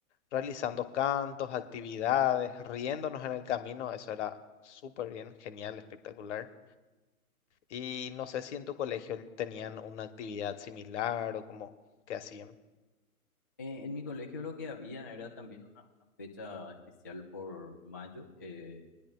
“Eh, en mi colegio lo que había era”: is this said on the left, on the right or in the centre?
Left